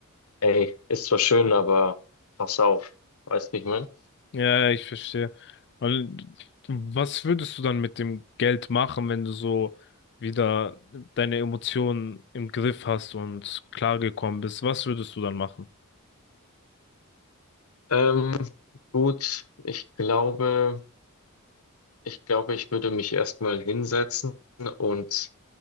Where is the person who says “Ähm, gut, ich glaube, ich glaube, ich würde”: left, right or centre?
Left